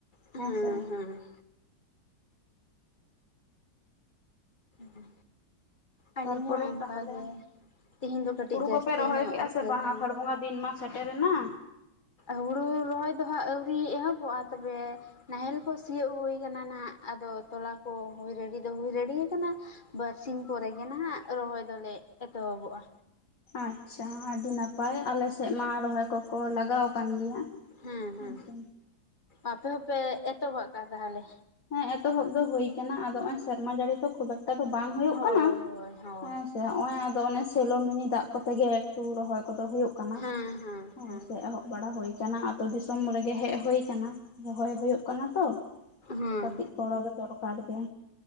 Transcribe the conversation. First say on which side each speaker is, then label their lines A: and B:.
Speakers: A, on the left (about 25°); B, on the left (about 45°).
A: ᱦᱩᱸ
B: ᱦᱮᱸᱥᱮ
A: ᱦᱩᱸ, ᱦᱩᱸ ᱟᱹᱞᱤᱧ
B: ᱛᱟᱨᱯᱚᱨᱮ
A: ᱦᱚᱸ ᱚᱱᱠᱟᱜᱮ
B: ᱛᱟᱦᱚᱞᱮ
A: ᱛᱤᱦᱤᱧ ᱫᱚ ᱠᱟᱹᱴᱤᱡ
B: ᱦᱩᱲᱩ
A: ᱡᱟᱹᱥᱛᱤᱧᱚᱜ
B: ᱠᱚᱯᱮ ᱨᱚᱦᱚᱭ ᱠᱮᱜᱼᱟ
A: ᱩᱫᱽᱜᱟᱹᱨ
B: ᱥᱮ ᱵᱟᱝ
A: ᱠᱟᱱᱟ,
B: ᱟᱥᱟᱲ ᱵᱚᱸᱜᱟ ᱫᱤᱱ ᱢᱟ ᱥᱮᱴᱮᱨᱮᱱᱟ,
A: ᱦᱩᱲᱩ ᱨᱚᱦᱚᱭ ᱫᱚ ᱦᱟᱸᱜ ᱟᱹᱣᱨᱤ ᱮᱦᱚᱵᱚᱜᱼᱟ ᱛᱚᱵᱮ, ᱱᱟᱦᱮᱞ ᱠᱚ ᱥᱤᱭᱳᱜ ᱦᱩᱭ ᱠᱟᱱᱟ ᱱᱟᱱᱟᱜ ᱟᱫᱚ ᱛᱚᱞᱟ ᱠᱚ ᱦᱩᱭ ᱨᱮᱰᱤ ᱫᱚ ᱦᱩᱭ ᱨᱮᱰᱤᱭᱟᱠᱟᱱᱟ, ᱵᱟᱨᱥᱤᱧ ᱯᱚᱨᱮᱜᱮ ᱱᱟᱦᱟᱜ ᱨᱚᱦᱚᱭ ᱫᱚᱞᱮ ᱮᱛᱚᱦᱚᱵᱚᱜᱼᱟ,
B: ᱟᱪᱪᱷᱟ ᱟᱹᱰᱤ ᱱᱟᱯᱟᱭ ᱟᱞᱮᱥᱮᱫ ᱢᱟ, ᱨᱚᱦᱚᱭ ᱠᱚᱠᱚ ᱞᱟᱜᱟᱣ ᱟᱠᱟᱱ ᱜᱮᱭᱟ
A: ᱦᱮᱸ ᱦᱮᱸ
B: ᱟᱪᱪᱷᱟ,
A: ᱟᱯᱮ ᱦᱚᱸᱯᱮ ᱮᱛᱚᱦᱚᱵᱟᱜ ᱠᱟᱫ ᱟ ᱛᱟᱦᱚᱞᱮ,
B: ᱦᱮᱸ ᱮᱛᱚᱦᱚᱵ ᱫᱚ ᱦᱳᱭ ᱟᱠᱟᱱᱟ ᱟᱫᱚ ᱱᱚᱼᱚᱚᱭ ᱥᱮᱨᱢᱟ ᱡᱟᱹᱲᱤ ᱫᱚ ᱠᱷᱩᱵ ᱮᱠᱴᱟ ᱫᱚ ᱵᱟᱝ ᱦᱩᱭᱩᱜ
A: ᱦᱳᱭ
B: ᱠᱟᱱᱟ
A: ᱦᱳᱭ ᱦᱳᱭ
B: ᱦᱮᱸᱥᱮ ᱥᱮ ᱱᱚᱜ ᱚᱭ ᱟᱫᱚ ᱚᱱᱮ ᱥᱮᱞᱳ ᱢᱤᱱᱤ ᱫᱟᱜ ᱠᱚᱛᱮ ᱜᱮ ᱮᱠᱴᱩ ᱨᱚᱦᱚᱭ ᱠᱚᱫᱚ ᱦᱳᱭᱳᱜ᱾ ᱠᱟᱱᱟ
A: ᱦᱮᱸ ᱦᱮᱸ ᱦᱮᱸ
B: ᱦᱳᱭ ᱥᱮ ᱮᱦᱚᱵ ᱵᱟᱲᱟ ᱦᱭᱭ ᱟᱠᱟᱱᱟ ᱟᱛᱳ ᱫᱤᱥᱚᱢ ᱨᱮᱜᱮ ᱦᱮᱡ ᱦᱳᱭ ᱠᱟᱱᱟ᱾ ᱨᱚᱦᱚᱭ ᱦᱳᱭᱳᱜ ᱠᱟᱱᱟ ᱛᱚ
A: ᱦᱮᱸ
B: ᱠᱟᱹᱴᱤᱡ ᱜᱚᱲᱚ ᱫᱚ ᱫᱚᱨᱠᱟᱨ ᱜᱮ᱾